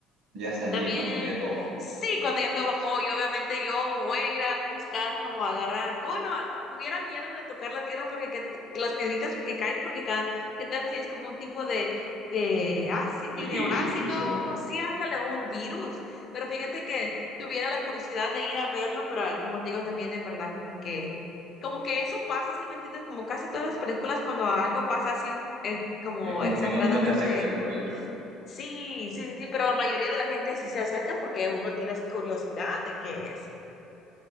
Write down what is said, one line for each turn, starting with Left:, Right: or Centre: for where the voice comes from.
Right: ya salir,
Left: También,
Right: ¿no? Cuando ya todo bajo.
Left: sí, cuando ya todo bajó, y obviamente yo voy a ir a buscar como agarrar. No, no, tuviera miedo de tocar la tierra porque que, las piedritas que caen, porque cada, ¿qué tal si es como un tipo de, de, ah, sí,
Right: De
Left: tiene
Right: virus
Left: un ácido,
Right: incluso.
Left: sí, ándale, un virus. Pero fíjate que tuviera la curiosidad de ir a verlo, pero ah, como te digo también, en verdad, como que, como que eso pasa, ¿sí me entiendes? Como casi todas las películas cuando algo pasa así, eh, como
Right: Es como
Left: exageradamente
Right: que no, no te acerques, mejor dicho.
Left: Sí, sí, sí, sí, pero la mayoría de la gente sí se acerca porque uno tiene curiosidad de qué es.